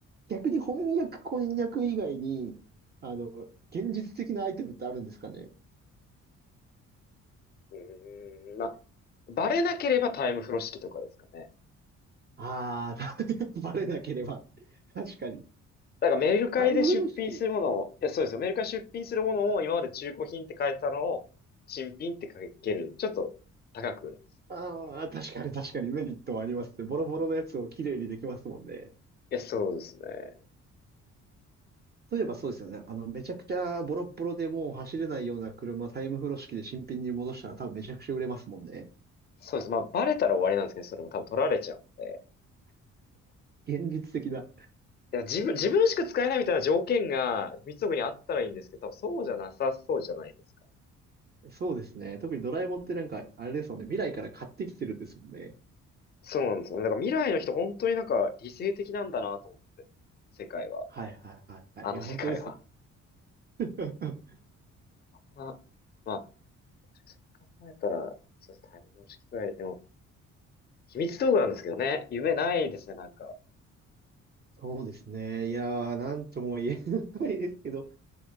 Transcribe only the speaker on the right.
逆に翻訳、こんにゃく以外に、あの、現実的なアイテムってあるんですかね。
ああ、<laughs> バレなければ。確かに。
タイム風呂敷。
ああ、確かに確かにメリットはありますね。ボロボロのやつをきれいにできますもんね。
例えばそうですよね。あの、めちゃくちゃボロッボロでもう走れないような車、タイム風呂式で新品に戻したら多分めちゃくちゃ売れますもんね。
現実的だ。
そうですね。特にドラえもんってなんか、あれですもんね。未来から買ってきてるんですもんね。
はいはいはいはい。
いや、本当ですよね。<laughs>
そうですね。いやー、なんとも言えないですけど、